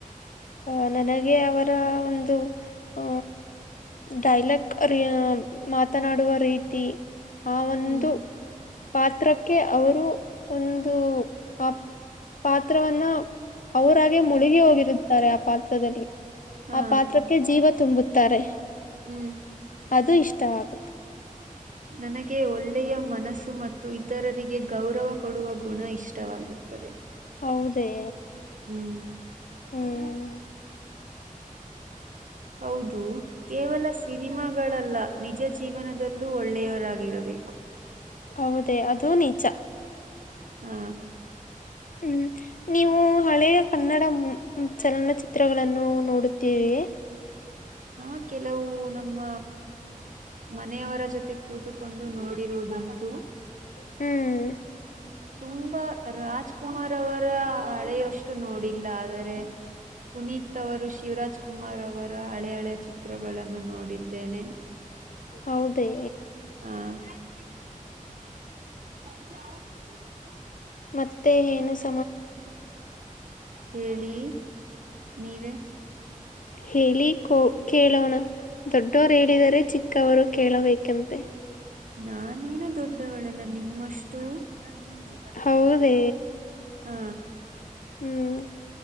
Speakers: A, on the left (about 70°); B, on the right (about 65°).
A: ಅಹ ನನಗೆ ಅವರ ಒಂದು ಹ ಡೈಲಕ್ ರಿ ಮಾ ಮಾತನಾಡುವ ರೀತಿ ಆ ಒಂದು
B: ಹ್ಮ್
A: ಪಾತ್ರಕ್ಕೆ ಅವರು ಒಂದು ಆ ಪಾತ್ರವನ್ನ ಅವರಾಗೆ ಮುಳುಗಿ ಹೋಗಿರುತ್ತ ಆ ಪಾತ್ರದಲ್ಲಿ
B: ಹಾ
A: ಆ ಪಾತ್ರಕ್ಕೆ ಜೀವ ತುಂಬುತ್ತಾರೆ
B: ಹ್ಮ್
A: ಅದು ಇಷ್ಟವಾಗ
B: ನನಗೆ ಒಳ್ಳೆ ಒಳ್ಳೆಯ ಮನಸ್ಸು ಮತ್ತು ಇತರರಿಗೆ ಗೌರವ ಕೊಡುವ ಗುಣ ಇಷ್ಟವಾಗುತ್ತದೆ
A: ಹೌದೇ
B: ಹ್ಮ್ ಹ
A: ಹ್ಮ್
B: ಹೌದು ಕೇವಲ ಸಿನಿಮಾಗಳಲ್ಲ ನಿಜ ಜೀವನದಲ್ಲೂ ಒಳ್ಳೆಯವರಾಗಿರಬೇಕು
A: ಹೌದೇ ಅದೂ ನಿಜ
B: ಹ್ಮ
A: ಹ್ಮ್ ನೀವು ಹಳೆಯ ಕನ್ನಡ ಚಲನಚಿತ್ರಗಳನ್ನು ನೋಡುತ್ತೀರಿಯೆ
B: ಹಾ ಕೆಲವು ನಮ್ಮ ಮನೆಯವರ ಜೊತೆ ಕೂತ್ಕೊಂಡು ನೋಡಿರುವುದುಂಟು
A: ಹ್ಮ್
B: ತುಂಬಾ ರಾಜ್ಕುಮಾರ್ ಅವರ ಹಳೆಯಷ್ಟು ನೋಡಿಲ್ಲ ಆದರೆ ಪುನೀತ್ ಅವರು ಶಿವರಾಜ್ ಕುಮಾರ್ ಅವರ ಹಳೆ ಹಳೆಯ ಚಿತ್ರಗಳನ್ನು ನೋಡಿದ್ದೇನೆ
A: ಹೌದೇ
B: ಹಾ <unintelligible>
A: ಮತ್ತೆ ಏನು ಸ
B: ಹೇಳಿ ನೀವೇ
A: ಹೇಳಿ ಕೋ ಕೇಳೋಣ ದೊಡ್ಡೋರು ಹೇಳಿದರೆ ಚಿಕ್ಕವರು ಕೇಳಬೇಕಂತೆ
B: ನಾನೇನು ದೊಡ್ಡವಳಲ್ಲ ನಿಮ್ಮಷ್ಟು <unintelligible>
A: ಹೌದೇ
B: ಹಾ
A: ಹ್ಮ್